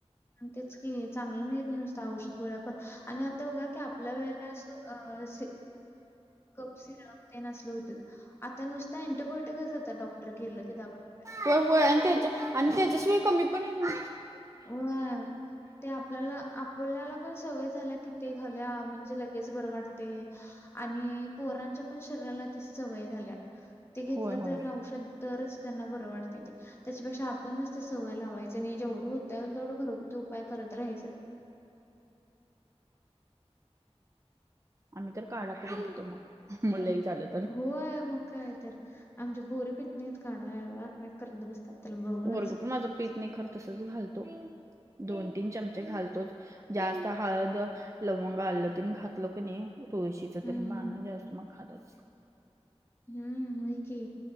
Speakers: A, on the left; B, on the right.
A: हा, तेच कि चांगलं नाही नुस औषध गोळ्या पण आणि आता बघा की आपल्या वेळेला असं कप सिरप तेन असलं होतं, आता नुसतं अँटीबायोटिकच देतात. डॉक्टर गेलं की दवाखा
B: होय-होय, आणि त्याच्या आणि त्याच्याशिवाय कमी पण येत ना
A: होय, ते आपल्याला-आपल्याला पण सवय झालीया की ते घालूया, म्हणजे लगे‍ तेच बरं वाटतंय आणि पोरांच्या पण शरीराला ती सवय झालीया. ते घेतलं
B: होय होय
A: तर औषध, तरच त्यांना बरं वाटतंय. ते त्याच्यापेक्षा आ म्हणूनच ते सवय लावायचं नाही. जेवढं होतंय, तेवढं घरगुती उपाय करत राहायचं.
B: आम्ही तर काढा करून पितोय मग म लई चाललं.
A: होय मग काय तर आमच्या पोरी पित नाहीत काढा. <inaudible> करीत बसत्यात, त्याला बघूनच.
B: पोरगं पण माझं पीत नाहीत खरं, तसचं घालतो. दोन-तीन चमचे घालतोच. जास्त हळद, लवंग, आलं तेण घातलं क नाही तुळशीच
A: हम्म,
B: तेन नाना जास्त मग खातात.
A: हम्म्, होय की!